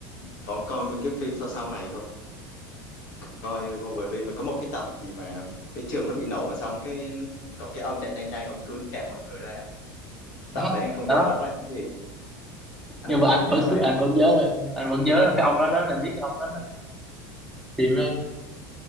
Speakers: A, on the left; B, in the centre.
A: có coi mấy cái phim sau sau này thôi coi Wolverine rồi có một cái tập gì mà cái trường nó bị nổ xong cái có cái ông chạy nhanh nhanh ông cứu tất cả mọi người ra
B: đó
A: tập đấy anh không
B: đó
A: nhớ rõ là cái gì ờ,
B: nhưng mà anh
A: hình như
B: vẫn
A: tập
B: <laughs>
A: đấy
B: anh
A: đúng không
B: vẫn nhớ là- anh vẫn nhớ là cái ông đó đó là biết cái ông đó, đó. phim đó,